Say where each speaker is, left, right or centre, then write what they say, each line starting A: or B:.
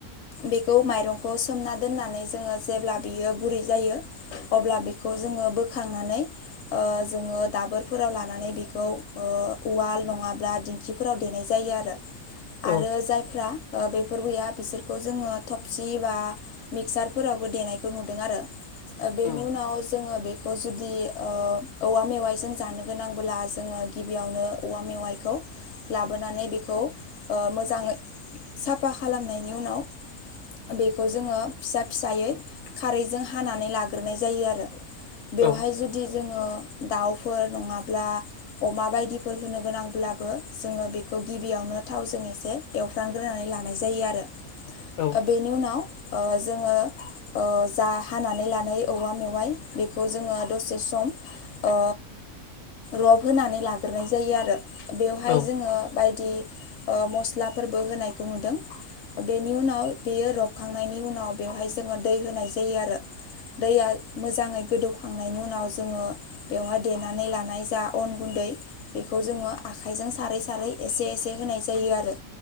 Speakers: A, on the left (about 65°); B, on the left (about 85°).
A: बेखौ माइरंखौ सोमना दोननानै जोङो जेब्ला बेयो गुरै जायो अब्ला बेखौ जोङो बोखांनानै ओ जोङो दाबोरफोराव लानानै बेखौ ओ उवाल नङाब्ला दिं खिफोराव देनाय जायो आरो आरो
B: औ
A: जायफ्रा ओ बेफोर गैया बिसोरखौ जोङो थबसि बा मिक्सारफोरावबो देनायखौ नुदों आरो। ओ बेनि
B: उम
A: उनाव जोङो बेखौ जुदि ओ औवा मेवाइजों जानो गोनांबोला जोङो गिबियावनो औवा मेवाइखौ लाबोनानै बेखौ ओ मोजाङै साफा खालामनायनि उनाव बेखौ जोङो फिसा फिसायै खारैजों हानानै लाग्रोनाय जायो आरो बेवहाय
B: औ
A: जुदि जोङो दाउफोर नङाब्ला अमा बायदिफोर होनो गोनांब्लाबो जोङो बेखौ गिबियावनो थावजों एसे एवफ्रामग्रोनानै लानाय जायो आरो।
B: औ।
A: ओ बेनि उनाव ओ जोङो ओ जा हानानै लानाय औवा मेवाइ बेखौ जोङो दसे सम ओ रब होनानै लाग्रोनाय जायो आरो। बेवहाय
B: औ
A: जोङो बायदि ओ मस्लाफोरबो होनायखौ नुदों। बेनि उनाव बेयो रबखांनायनि उनाव बेवहाय जोङो दै होनाय जायो आरो। दैया मोजाङै गोदौखांनायनि उनाव जोङो बेवहाय देनानै लानाय जा अन गुन्दै बेखौ जोङो आखाइजों सारै सारै एसे एसे होनाय जायो आरो